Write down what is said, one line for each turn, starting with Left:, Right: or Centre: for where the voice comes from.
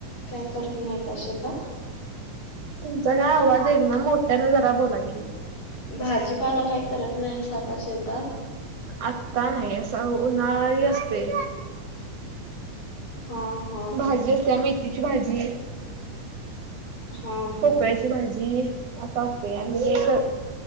Left: काय करत नाही का शेतात?
Right: तुमचा काय आवाज येई ना, मोठ्या न जरा बोला की.
Left: भाजीपाला काही करत नाही का शेतात?
Right: आत्ता नाही, असं उन्हाळी असते.
Left: हा हा
Right: भाजी असते. मेथीची भाजी
Left: हा हा
Right: पोकळ्याची भाजी असं असते. आणि एक